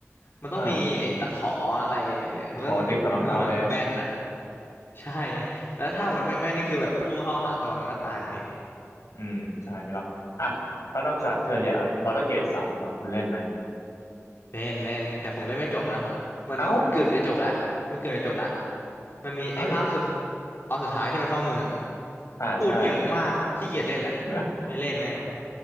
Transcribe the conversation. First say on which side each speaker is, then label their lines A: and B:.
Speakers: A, on the left (about 50°); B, on the left (about 75°).
A: มันต้องมีไอ้ตะขออะไรเนี่ยมันต้องมันต้องแบบแม่นอะ
B: ใช่มันขอติงกับรองเท้าแดช
A: ใช่ แล้วถ้าหมดไม่แม่นนี่คือแบบพุ่งเข้าหาตัวมันก็ตายอยู่ดี
B: อืมใช่ไม่รับอ่ะแล้วนอกจากเทอร์เรียบารเกตสามอ่ะคุณเล่นไหม
A: เล่นเล่นแต่ผมเล่นไม่จบนะมันเกือบจะจบแล้วมันเกือบจะจบแล้ว
B: เอ้า
A: มันมีไอ้ภาคสุด
B: เฮ้ย
A: ตอนสุดท้ายที่มันเข้าเมือง
B: อ่าใช่
A: พูดเยอะมากขี้เกียจเล่นแหละ
B: <laughs>
A: ไม่เล่นแม่งเลย